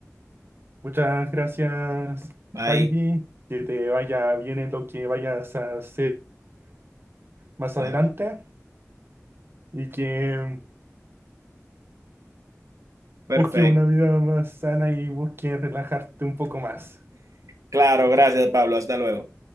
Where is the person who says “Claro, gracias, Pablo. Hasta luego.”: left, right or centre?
Right